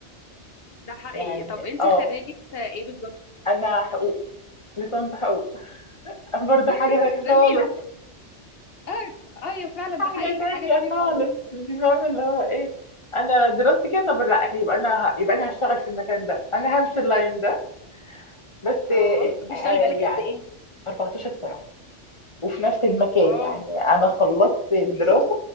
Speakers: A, on the left; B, on the left.
A: ده حقيقي
B: يعني
A: طب انت
B: اه
A: خريجة ايه بالظبط
B: انا حقوق لسان حقوق <laughs> برضه حاجه
A: <laughs>
B: تانية
A: زميله
B: خالص
A: اه ايوه فعلا
B: حاجه
A: ده حقيقي
B: تانية
A: حاجه تانية
B: خالص
A: خالص
B: مش فاهمه اللي هو ايه انا دراستي كده طب لا يبقى انا ه... يبقى انا هشتغل في المكان ده انا همشي اللاين ده بس
A: اه
B: آه،
A: بتشتغلي
B: آه،
A: بقالك
B: يعني
A: قد ايه
B: 14 سنه وفي نفس المكان
A: واو
B: يعني انا خلصت الدراسه